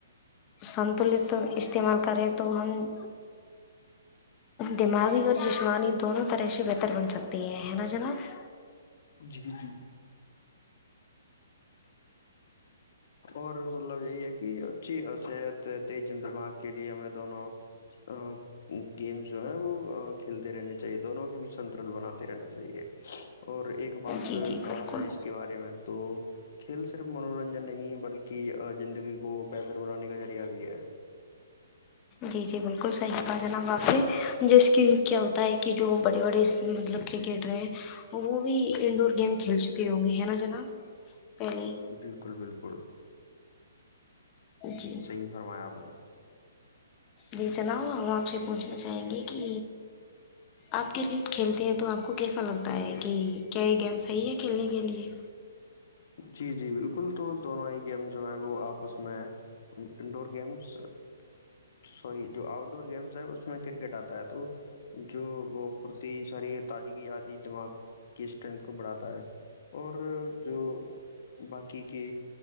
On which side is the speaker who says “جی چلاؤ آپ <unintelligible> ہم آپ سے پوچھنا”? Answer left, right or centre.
Left